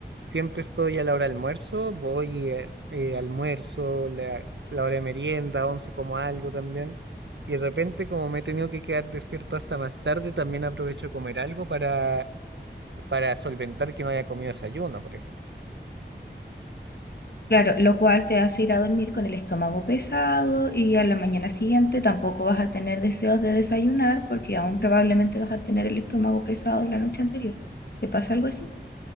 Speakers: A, on the right; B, on the left.
A: siempre estoy a la hora de almuerzo, voy eh, eh, almuerzo, la, la hora de merienda, once como algo también. Y de repente, como me he tenido que quedar despierto hasta más tarde, también aprovecho a comer algo para para solventar que no haya comido desayuno, por ejemplo.
B: Claro, lo cual te hace ir a dormir con el estómago pesado y a la mañana siguiente tampoco vas a tener deseos de desayunar porque aún probablemente vas a tener el estómago pesado de la noche anterior. ¿Te pasa algo así?